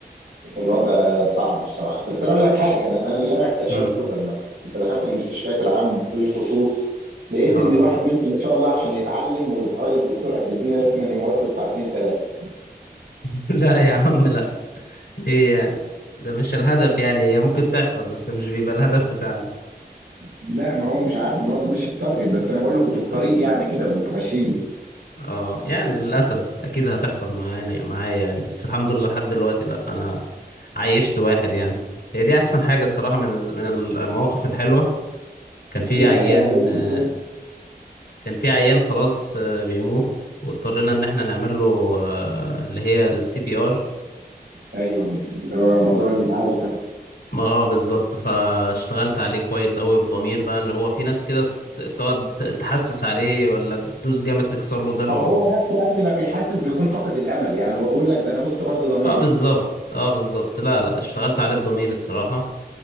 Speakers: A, on the right; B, on the left.
A: الوضع صعب بصراحه بس انا اقول لك حاجه انا أنا اللي انا اكتشفته
B: امم
A: لما دخلت المستشفيات العام بالخصوص لقيت
B: اه
A: ان الواحد منكم ما شاء الله عشان يتعلم ويبقى راجل دكتور قد الدنيا لازم أن يموت له بتاع اتنين تلاته
B: <laughs> لا يا عم لا ايه يعني ده مش الهدف يعني هي ممكن تحصل بس مش بيبقى الهدف بتاعنا
A: لا ما هو مش عارف ان هو ده مش التارجت بس انا بقول لكم في الطريق يعني كده وانتوا ماشيين
B: اه يعني للأسف أكيد هتحصل معانا معايا يعني بس الحمد لله لحد دلوقتي لأ أنا عايشت واحد يعني هي دي أحسن حاجة الصراحة من الز- من المواقف الحلوة كان في
A: ايه
B: عيان
A: بقى عايز
B: آه،
A: ازاي
B: كان في عيان خلاص آه، بيموت واضطرينا إن احنا نعمل له آه، اللي هي السي بي ار
A: ايوه اللي هو موضوع الانعاش ده.
B: ما اه بالظبط فاشتغلت عليه كويس قوي بضمير بقى اللي هو في ناس كده ت- تقعد ت- تحسس عليه ولا تدوس جامد تكسر له ضلعه
A: او هو نفسه قبل ما بيحاسس بيكون فاقد الامل يعني هو بيقول لك ده انا بص برضه ضميري
B: اه بالظبط اه بالظبط لا لا اشتغلت عليه بضمير الصراحة